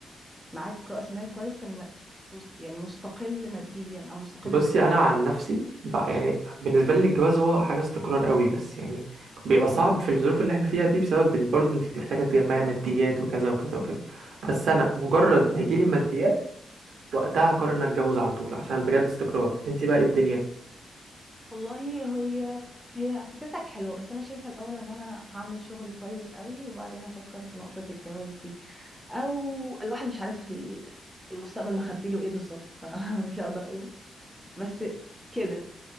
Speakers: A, in the centre; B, on the right.
A: معاك رأس مال كويس انك مس- يعني مستقل ماديا او مستقر
B: بصي
A: ماديا
B: انا عن نفسي بقى يعني بالنسبة لي الجواز هو حاجة استقرار اوي بس يعني بيبقى صعب في الظروف اللي احنا فيها دي بسبب إن برضو انت بتبقى محتاجة تجمعي ماديات وكذا وكذا وكذا بس انا مجرد ما يجيلي الماديات وقتها هقرر ان اتجوز على طول عشان بجد استقرار انت بقى إيه الدنيا
A: والله هي هي فكرتك حلوة بس أنا شايفة الأول إن أنا هعمل شغل كويس قوي وبعدين أفكر في نقطة الجواز دي أو الواحد مش عارف ال- المستقبل مخبيله إيه بالظبط <laughs> فمش هقدر أقول بس كده